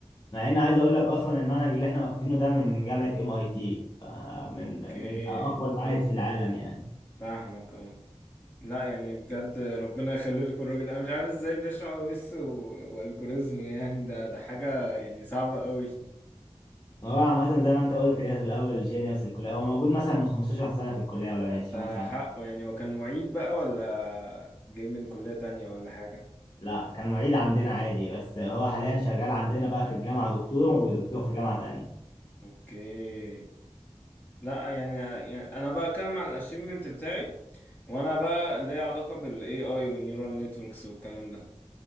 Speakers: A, on the left (about 40°); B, on the left (about 15°).
A: مع ان عايز اقول لك اصلا المنهج اللي احنا واخدينه ده من جامعه ام اي تي فمن
B: اوكي
A: من اقوى المعاهد في العالم يعني
B: فاهمك اه لا يعني بجد ربنا يخلي لكم الراجل ده. انا مش عارف ازاي بيشرح او اس والجوريزم يعني ده ده حاجه يعني صعبه قوي
A: هو عامه زي ما انت قلت كده في الاول جينيوس الكليه هو موجود مثلا من 15 سنه في الكليه ولا
B: طب
A: من 20
B: ده
A: سنه
B: حقه يعني هو كان معيد بقى ولا جاي من كليه تانية ولا حاجه
A: لا كان معيد عندنا عادي بس هو حاليا شغال عندنا بقى في الجامعه دكتور ودكتور في جامعه تانية
B: اوكي لا يعني, يعني انا بقى اتكلم عن الاشيفمنت بتاعي وانا بقى ليا علاقه بالاي اي والنيورال نتوركس والكلام ده